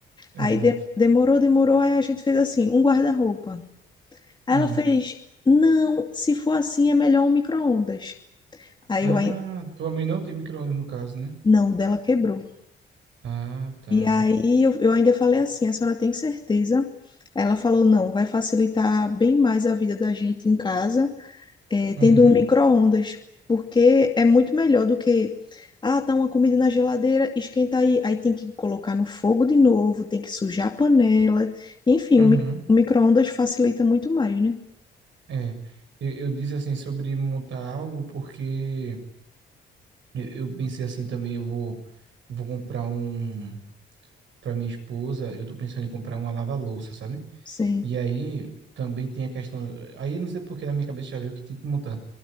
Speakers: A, on the right (about 70°); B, on the left (about 20°).
A: Exato.
B: Aí de- demorou, demorou, aí a gente fez assim, um guarda-roupa. Aí
A: Hum.
B: ela fez, não, se for assim é melhor um micro-ondas. Aí
A: Ah,
B: eu, ai-
A: tua mãe não tem micro-ondas no caso, né?
B: não, o dela quebrou.
A: Ah, tá.
B: E aí eu, eu ainda falei assim, a senhora tem certeza? Ela falou, não, vai facilitar bem mais a vida da gente em casa, eh,
A: Uhum.
B: tendo um micro-ondas, porque é muito melhor do que, ah, tá uma comida na geladeira, esquenta aí, aí tem que colocar no fogo de novo, tem que sujar a panela, enfim,
A: Uhum.
B: o, mi o micro-ondas facilita muito mais, né?
A: É, eu, eu disse assim sobre montar algo porque eu, eu pensei assim também, eu vou vou comprar um para minha esposa, eu tô pensando em comprar uma lava-louça, sabe?
B: Sim,
A: E aí também tem a questão, aí não sei por que na minha cabeça já veio que tem que montar,